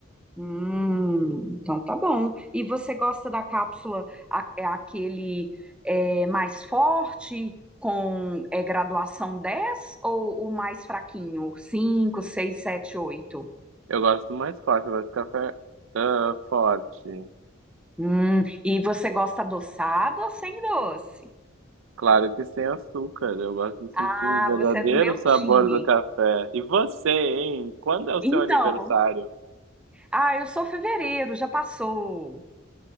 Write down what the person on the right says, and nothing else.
Eu gosto mais forte, eu gosto de café ah, forte.
Claro que sem açúcar. Eu gosto de sentir
o verdadeiro
sabor
do café. E você, hein? Quando é o seu
aniversário?